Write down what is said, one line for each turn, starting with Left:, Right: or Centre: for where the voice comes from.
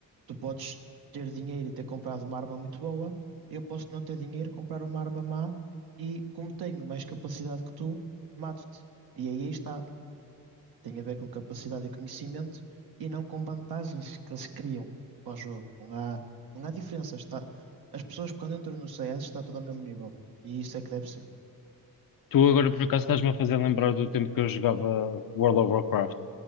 Right: tu podes ter dinheiro e ter comprado uma arma muito boa, eu posso não ter dinheiro, comprar uma arma má e, como tenho mais capacidade que tu, mato-te. E aí está. Tem a ver com capacidade e conhecimento e não com vantagens que eles criam para o jogo. Não há, não há diferença. Está, as pessoas quando entram no CS está tudo ao mesmo nível. E isso é que deve ser.
Left: Tu agora por acaso estás-me a fazer lembrar do tempo que eu jogava World of Warcraft.